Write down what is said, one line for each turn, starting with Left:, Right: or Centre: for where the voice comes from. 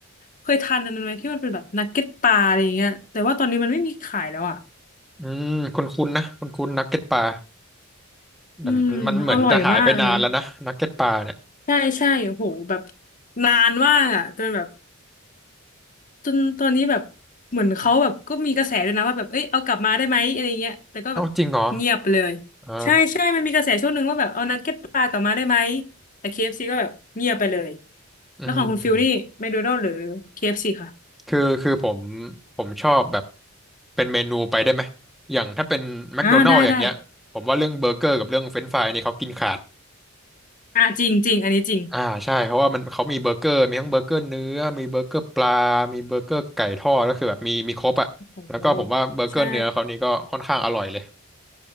Left: เคยทานอันนั้นไหมที่มันเป็นแบบนักเก็ตปลาอะไรอย่างเงี้ยแต่ว่าตอนนี้มันไม่มีขายแล้วอ่ะ
Centre: อืมคุ้นๆนะคุ้นๆนักเก็ตปลาแต่มันมันเหมือนจะหายไปนานแล้วนะนักเก็ตปลาเนี่ย
Left: อืมอร่อยมากอันนั้น ใช่ใช่โหแบบนานมากอ่ะจนแบบจนตอนนี้แบบเหมือนเขาแบบก็มีกระแสด้วยนะว่าแบบเอ้ยเอากลับมาได้ไหมอะไรเงี้ยแต่ก็แบบเงียบไปเลย
Centre: เอ้าจริงเหรออ่า
Left: ใช่ใช่มันมีกระแสช่วงหนึ่งว่าแบบเอานักเก็ตปลากลับมาได้ไหมแต่ KFC ก็แบบเงียบไปเลย
Centre: อืมอืม
Left: แล้วของคุณฟิลนี่แมคโดนัลด์หรือ KFC คเอฟซีค่ะ
Centre: คือคือผมผมชอบแบบเป็นเมนูไปได้ไหมอย่างถ้าเป็นแมคโดนัล
Left: อ่าได้ได้
Centre: s อย่างเงี้ยผมว่าเรื่องเบอร์เกอร์กับเรื่องเฟรนช์ฟรายนี่เขากินขาด
Left: อ่าจริงจริงอันนี้จริง
Centre: อ่าใช่เพราะว่ามันเขามีเบอร์เกอร์มีทั้งเบอร์เกอร์เนื้อมีเบอร์เกอร์ปลา มีเบอร์เกอร์ไก่ทอดก็คือแบบมีมีครบอ่ะแล้วก็ผมว่าเบอร์เกอร์เนื้อเขานี่ก็ค่อนข้างอร่อยเลย
Left: โอ้โหใช่